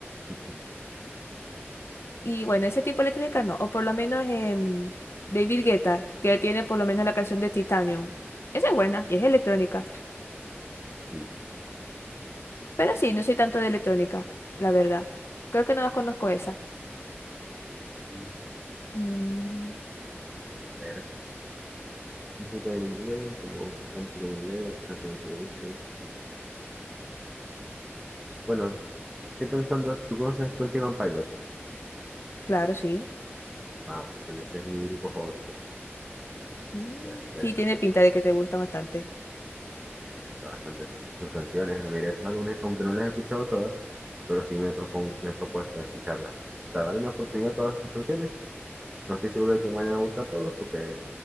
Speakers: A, on the right; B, on the left.
A: <laughs>
B: Y bueno, ese tipo de electrónica no, o por lo menos em, David Guetta, que tiene por lo menos la canción de Titanium. Esa es buena y es electrónica.
A: Sí.
B: Pero sí, no soy tanto de electrónica, la verdad. Creo que no más conozco esa.
A: Mm,
B: Mm,
A: A ver, música en inglés, como otra música en inglés, otras canciones que me gusten. Bueno, estoy pensando, ¿tú conoces 21 Pilots?
B: claro, sí.
A: Ah, bueno, pues ese es mi grupo favorito.
B: Mm,
A: Eh, eh,
B: sí, tiene pinta de que te gusta bastante.
A: sí, me gustan bastante sus canciones, la mayoría de sus álbumes, aunque no las he escuchado todas, pero sí me, propon- me he propuesto escucharlas. Pues. O sea, darle una oportunidad a todas las canciones. No estoy seguro de que me vayan a gustar todas, porque